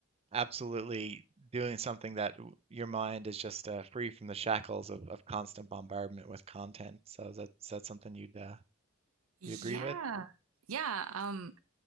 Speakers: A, on the right; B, on the right.
A: absolutely doing something that w- your mind is just uh, free from the shackles of, of constant bombardment with content. So that's that's something you'd uh,
B: Yeah.
A: you'd agree with?
B: Yeah, um,